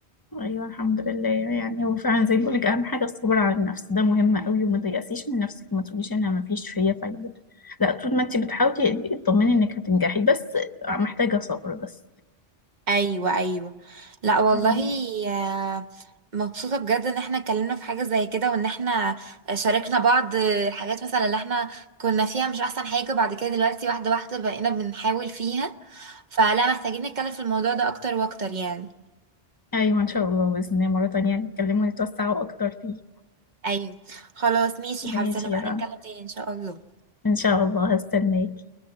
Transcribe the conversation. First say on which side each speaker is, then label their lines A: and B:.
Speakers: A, on the left; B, on the right.
A: أيوة الحمد لله يعني هو فعلا زي ما بقولك أهم حاجة الصبر على النفس ده مهم قوي وما تيأسيش من نفسك وما تقوليش أنا مفيش فيا فايدة لا طول ما أنت بتحاولي اطمني إنك هتنجحي بس محتاجة صبر بس
B: ايوه ايوه لا والله
A: ايوه
B: آه، مبسوطه بجد ان احنا اتكلمنا في حاجه زي كده وان احنا شاركنا بعض حاجات مثلا اللي احنا كنا فيها مش احسن حاجه بعد كده دلوقتي واحده واحده بقينا بنحاول فيها فلا محتاجين نتكلم في الموضوع ده اكتر واكتر يعني
A: ايوه ان شاء الله باذن الله مره تانية نتكلموا ونتوسعوا اكتر فيه
B: ايوه خلاص ماشي
A: ماشي
B: حابه نبقى
A: يا رنا
B: نتكلم تاني ان شاء الله
A: ان شاء الله هستناكي